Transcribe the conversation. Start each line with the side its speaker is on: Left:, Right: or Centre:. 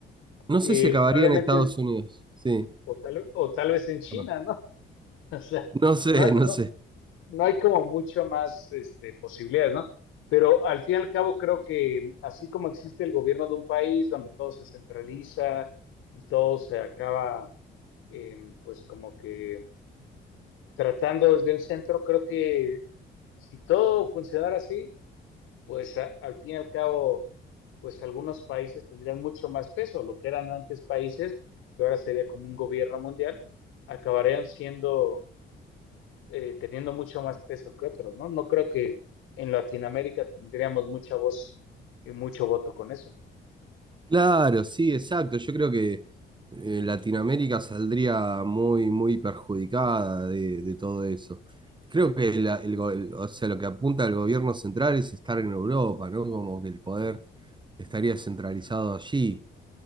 Right: no
Left: eh,
Right: sé si acabaría
Left: probablemente
Right: en Estados Unidos. Sí,
Left: o tal, o tal vez en China,
Right: perdón.
Left: ¿no? <laughs> O sea,
Right: no sé,
Left: no,
Right: no
Left: no,
Right: sé.
Left: no hay como mucho más este, posibilidades, ¿no? Pero al fin y al cabo creo que así como existe el gobierno de un país donde todo se centraliza y todo se acaba, eh, pues como que tratando desde el centro, creo que si todo funcionara así, pues a- al fin y al cabo, pues algunos países tendrían mucho más peso, lo que eran antes países, que ahora sería como un gobierno mundial, acabarían siendo eh, teniendo mucho más peso que otros, ¿no? No creo que en Latinoamérica tendríamos mucha voz y mucho voto con eso.
Right: Claro, sí, exacto. Yo creo que eh, Latinoamérica saldría muy, muy perjudicada de, de todo eso. Creo que la- el, go- el- o sea, lo que apunta el gobierno central es estar en Europa, ¿no? Como que el poder estaría centralizado allí,